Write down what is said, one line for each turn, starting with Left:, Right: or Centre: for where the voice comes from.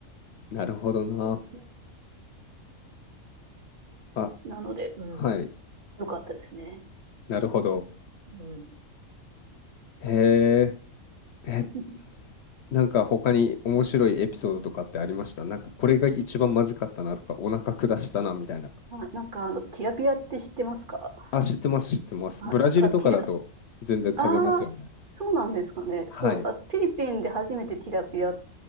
Left: なるほどな。
Right: う。
Left: あ、
Right: なので、うん、
Left: はい。
Right: よかったですね。
Left: なるほど。
Right: うん。
Left: へえ。え、
Right: <laughs>
Left: なんか他に面白いエピソードとかってありましたなんかこれが一番まずかったなとか、お腹下したなみたいな。
Right: あ、なんかあの、ティラピアって知ってますか
Left: あ、知ってます、知ってます。
Right: あ、
Left: ブラジルとかだと全然食べますよね。
Right: なんかティラ、ああ、そうなんですかね。
Left: はい。
Right: そう、なんかフィリピンで初めてティラピア、